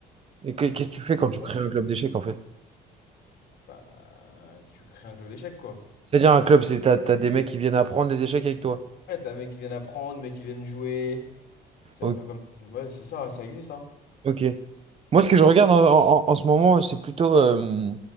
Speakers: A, on the right (about 35°); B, on the left (about 70°).
A: Et que-
B: Et
A: qu'est-ce
B: du coup,
A: que tu fais quand tu
B: Ouais.
A: crées un club d'échecs, en fait?
B: bah, tu crées un club d'échecs, quoi.
A: C'est-à-dire un club, c'est t'as, t'as des mecs qui viennent apprendre les échecs avec toi.
B: Ouais, t'as des mecs qui viennent apprendre, mecs qui viennent jouer. C'est
A: O-
B: un peu comme. Ouais, c'est ça, ça existe, hein.
A: Ok. Moi, ce que je
B: Et...
A: regarde en, en- en ce moment, c'est plutôt euh,